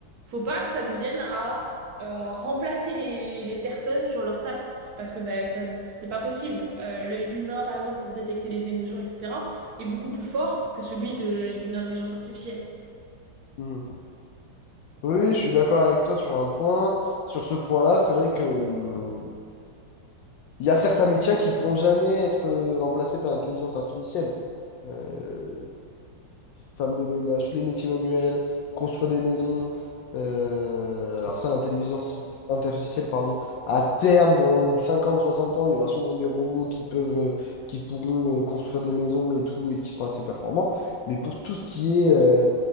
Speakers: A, on the right; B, on the left.
A: Faut pas que ça devienne à euh, remplacer les, les personnes sur leur taf, parce que bah, ça, ne- c'est pas possible. Euh, l'œil humain, par exemple, pour détecter les émotions, etc., est beaucoup plus fort que celui de- d'une intelligence artificielle.
B: Mhm. Oui, je suis d'accord avec toi sur un point. Sur ce point-là, c'est vrai que mmh, Il y a certains métiers qui pourront jamais être euh, remplacés par l'intelligence artificielle. Euh, femme de ménage, tous les métiers manuels, construire des maisons. Euh, alors ça, l'intelligence artificielle, pardon, à terme, dans 50 60 ans, il y aura sûrement des robots qui peuvent, euh, qui pourront euh, construire des maisons et tout, et qui seront assez performants. Mais pour tout ce qui est euh,